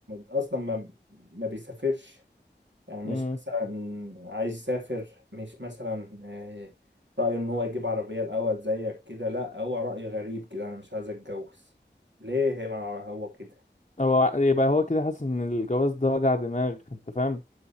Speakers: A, on the right; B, on the left.
A: اصلا ما ما بيسافرش يعني مش
B: امم
A: مثلا عايز يسافر مش مثلا آه، رأيه ان هو يجيب عربية الاول زيك كده لا هو رأي غريب كده انا مش عايز اتجوز ليه ما هو كده
B: هو ع- يبقى هو كده حاسس ان الجواز ده وجع دماغ انت فاهم